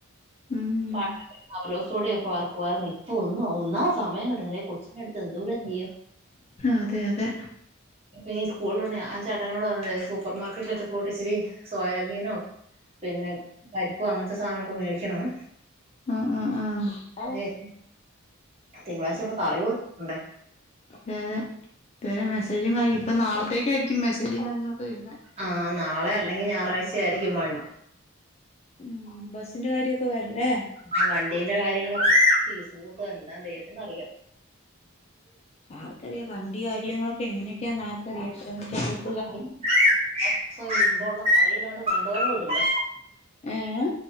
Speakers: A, on the left; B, on the right.
A: ഉം
B: പണ്ട് അവലോസു പൊടി ഒക്കെ വറ ക്കുവായിരുന്നേ ഇപ്പോ ഒന്നും ഒന്നാതെ സമയം കിട്ടുന്നില്ല അടുത്തതെന്തൊ രെതിയ
A: അതെ അതെ
B: പിന്നെ സ്കൂളിലൊള്ളെയെ ആഹ ചാട്ടനോട് വന്നാമതി സൂപ്പർ മാർക്കറ്റിലിട്ട് പോയിട്ടിച്ചിരി സോയാബീനോ പിന്നെ പരിപ്പ് അങ്ങനത്തെ സാധനങ്ങളൊക്കെ മേടിക്കണം
A: ആ ആ ആ
B: ഏഹ് തിങ്കളാഴ്ച്ച ഒട്ട്കറി കൊടുക്കണ്ടേ
A: അതെ അതെ ഇതുവരെ മെസ്സേജും കാര്യം ഇപ്പൊ നാളത്തേക്കാരിക്കും മെസ്സേജും കാര്യങ്ങളൊക്കെ വരുന്നേ
B: ആഹ് നാളെ അല്ലെങ്കിൽ ഞായറാഴ്ച ആരിക്കും വ-
A: ഉം ബസ്സിന്റെ കാര്യവൊക്കെ വരണ്ടേ
B: ആഹ് വണ്ടീന്റെ കാര്യങ്ങളൊക്കെ ഫീസ് കൂട്ടോ എന്താ ദൈവത്തിനറിയാം
A: ആർക്കറിയ വണ്ടി കാര്യങ്ങളൊക്കെ എങ്ങനെയൊക്കെയാന്ന് ആർക്കറിയാം എത്രമണിക്കാ ട്രി-
B: <unintelligible>
A: ഏഹ്